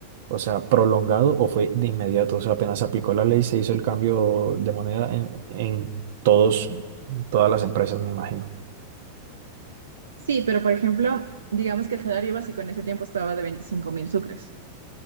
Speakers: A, on the right (about 55°); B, on the right (about 70°).
A: o sea, prolongado, o fue de inmediato? O sea, apenas aplicó la ley, se hizo el cambio de moneda en, en todos, todas las empresas, me imagino.
B: Sí, pero por ejemplo, digamos que el salario básico en ese tiempo estaba de veinticinco mil sucres,